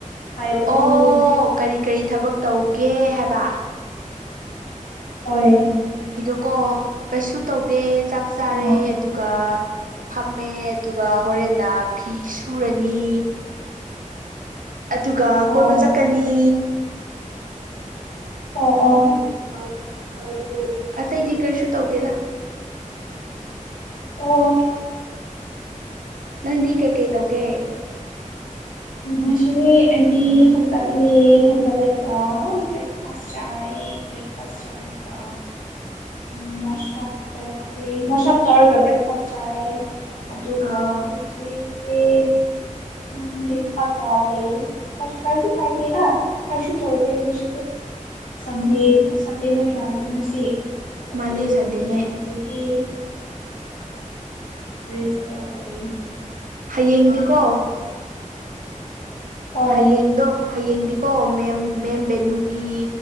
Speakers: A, on the left; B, on the right.
A: ꯍꯥꯏꯕꯅꯦ
B: ꯑꯣ ꯀꯔꯤ ꯀꯔꯤ ꯊꯕꯛ ꯇꯧꯒꯦ ꯍꯥꯏꯕ
A: ꯑꯣꯏꯣꯏ <inaudible>
B: ꯀꯣ ꯀꯩꯁꯨ ꯇꯧꯗꯦ ꯆꯥꯛ ꯆꯥꯔꯦ
A: ꯑꯣ
B: ꯑꯗꯨꯒ ꯐꯝꯃꯦ ꯑꯗꯨꯒ ꯍꯣꯔꯦꯟꯅ ꯐꯤ ꯁꯨꯔꯅꯤ ꯑꯗꯨꯒ
A: ꯑꯣ
B: ꯀꯣꯏꯕ ꯆꯠꯀꯅꯤ
A: ꯑꯣ ꯑꯣ
B: ꯑꯇꯩꯗꯤ ꯀꯔꯤꯁꯨ ꯇꯧꯗꯦꯗ
A: ꯑꯣ
B: ꯅꯪꯗꯤ ꯀꯩꯀꯩ ꯇꯧꯒꯦ
A: ꯑ ꯉꯁꯤꯗꯤ ꯑꯩꯗꯤ ꯍꯧꯒꯠꯂꯦ ꯍꯧꯒꯠꯂꯒ ꯕ꯭ꯔꯦꯛꯐꯥꯁ ꯆꯔꯦ ꯕ꯭ꯔꯦꯛꯐꯥꯁꯇ ꯆꯔꯒꯥ ꯎꯝ ꯋꯥꯁꯞ ꯇꯧꯈ꯭ꯔꯤ ꯋꯥꯁꯞ ꯇꯧꯔꯒ ꯕ꯭ꯔꯦꯛꯐꯥꯁ ꯆꯥꯔꯦ ꯑꯗꯨꯒ
B: ꯑꯥ
A: ꯍꯧꯖꯤꯛꯇꯤ ꯒ ꯂꯩ ꯑꯥꯁ ꯀꯥꯏꯁꯨ ꯀꯥꯏꯗꯦ ꯀꯔꯤꯁꯨ ꯇꯧꯗꯦ ꯉꯥꯁꯤꯗꯦ ꯁꯟꯗꯦ ꯁꯟꯗꯦ ꯅꯠꯇ꯭ꯔꯥ ꯑꯗꯨ ꯉꯁꯤ ꯑꯗꯨꯒꯤꯅꯤ
B: ꯃꯥꯅꯦ ꯁꯟꯗꯦꯅꯦ
A: ꯑꯩꯈꯣꯏꯗꯤ ꯔꯦꯁ ꯇꯧꯔꯒꯥ ꯂꯩꯌꯦ <inaudible>
B: ꯍꯌꯦꯡꯗꯤꯀꯣ
A: ꯍꯣꯏ
B: ꯍꯌꯦꯡꯗꯣ ꯍꯌꯦꯡꯗꯤꯀꯣ ꯃꯦꯝ ꯃꯦꯝ ꯕꯦꯅꯨꯒꯤ